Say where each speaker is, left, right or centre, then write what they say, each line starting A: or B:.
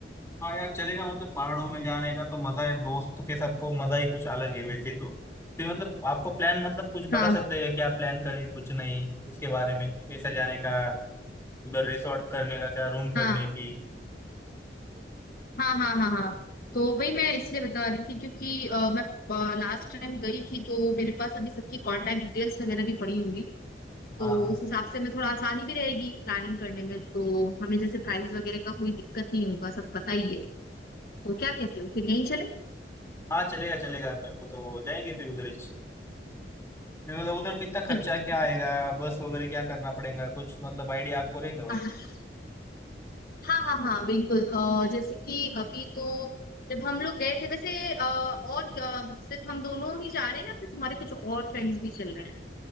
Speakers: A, on the left; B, on the left.
A: हाँ यार चलेगा मतलब पहाड़ों में जाने का तो मजा है दोस्तों के साथ को मजा ही कुछ अलग है वैसे तो फिर मतलब आपको प्लान मतलब कुछ बता
B: हाँ
A: सकते हैं क्या प्लान करें कुछ नहीं उसके बारे में कैसा जाने का उधर रिसोर्ट करने का क्या रूम करने
B: हाँ
A: की
B: हाँ हाँ हाँ हाँ तो वही मैं इसलिए बता रही थी क्योंकि अ, मैं लास्ट टाइम गई थी तो मेरे पास अभी सबकी कांटेक्ट डिटेल्स वगैरह भी पड़ी हुई तो
A: हाँ हाँ
B: उस हिसाब से हमें थोड़ा आसानी भी रहेगी प्लानिंग करने में तो हमें जैसे प्राइस वगैरह का कोई दिक्कत नहीं होगा सब पता ही है तो क्या कहते हो फिर यहीं चले
A: हाँ चलेगा चलेगा मेरे को तो जाएंगे फिर उधर ही मतलब उधर कितना खर्चा
B: ठीक है ठीक
A: क्या आएगा
B: है।
A: बस वगैरह क्या करना पड़ेगा कुछ मतलब आइडिया आपको है क्या वैसे
B: <laughs> आह, हाँ हाँ हाँ बिल्कुल अ, जैसे कि अभी तो जब हम लोग गए थे वैसे अ, और अ, सिर्फ हम दोनों ही जा रहे हैं या फिर तुम्हारे कुछ और फ्रेंड्स भी चल रहे हैं